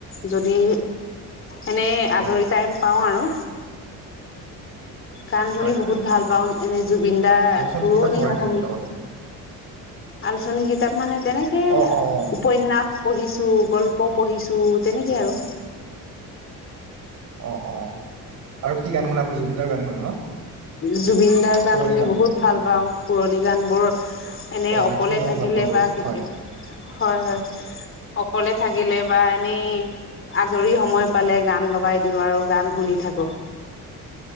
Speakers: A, on the left; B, on the right.
A: যদি এনে আজৰি
B: হয়
A: টাইম পাওঁ আৰু গান শুনি
B: হয় হয়।
A: বহুত ভাল পাওঁ এনে জুবিন দাৰ
B: আলোচনী
A: পুৰণি
B: কিতাপ পঢ়ে
A: অসমীয়া।
B: নেকি লগতে
A: আলোচনী কিতাপ মানে তেনেকে
B: অ অ অ
A: উপন্যয়াস পঢ়িছো গল্প পঢ়িছো তেনেকে আৰু
B: অঁ অঁ আৰু কি গান শুনে আপুনি জুবিনদাৰ গান শুনে ন
A: জুবিন দাৰ গান
B: পুৰণি
A: শুনি
B: গানবোৰ
A: বহুত ভাল পাওঁ পুৰণি গান বোৰ এনে
B: অ
A: অকলে
B: সেইটোতো ময়ো
A: থাকিলে
B: ভাল পাওঁ বাৰু
A: বা কেতিয়াবা
B: হয়
A: হয় হয়। অকলে থাকিলে বা এনেই আজৰি সময় পালে গান লগাই দিওঁ আৰু গান শুনি থাকো।